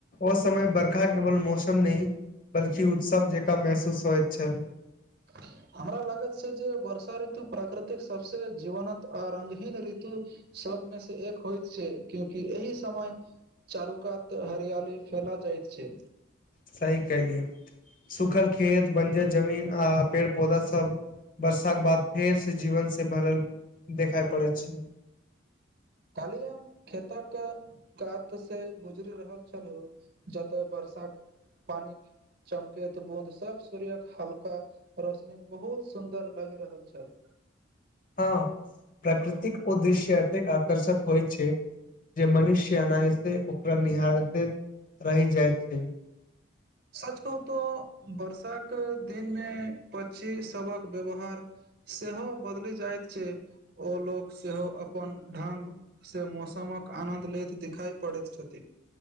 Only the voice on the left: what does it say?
ओ समय बर्खा केवल मौसम नहि बल्कि उत्सव जेकाँ महसूस होइत छल
सही कहलियए सुखल खेत बंजर जमीन आ पेड़ पौधा सब वर्षाके बाद फेरसँ जीवनसँ भरल देखाइ पड़ै छै
हाँ प्रकृतिक ओ दृश्य एतेक आकर्षक होइत छैय। जे मनुष्य अनायसे ओकरा निहारते रहि जाइत छै।